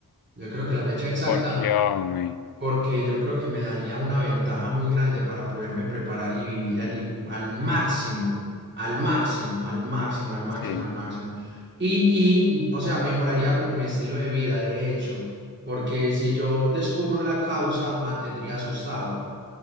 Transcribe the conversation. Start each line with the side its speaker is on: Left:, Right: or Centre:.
Right: Yo creo que la fecha exacta,
Left: Porque, hombre,
Right: porque yo creo que me daría una ventaja muy grande para poderme preparar y vivir al, hijo- al máximo, al máximo, al máximo, al máximo,
Left: sí.
Right: al máximo. Y, y, o sea, mejoraría como mi estilo de vida, de hecho, porque si yo descubro la causa, mantendría asustado.